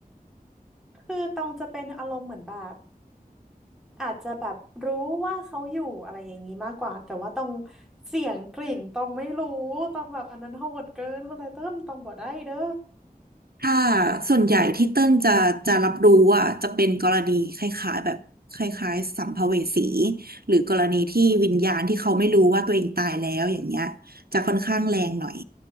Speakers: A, in the centre; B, on the right.
A: คือตองจะเป็นอารมณ์เหมือนแบบอาจจะแบบรู้ว่าเขาอยู่อะไรอย่างนี้มากกว่าแต่ว่าตองเสียงกลิ่นตองไม่รู้ตองแบบอันนั้นโหดเกินคณไตเติ้ลตองบ่ได้เด้อ
B: ถ้าส่วนใหญ่ที่เติ้ลจะจะรับรู้อ่ะจะเป็นกรณีคล้ายๆแบบคล้ายๆสัมภเวสีหรือกรณีที่วิญญาณที่เขาไม่รู้ว่าตัวเองตายแล้วอย่างเงี้ยจะค่อนข้างแรงหน่อย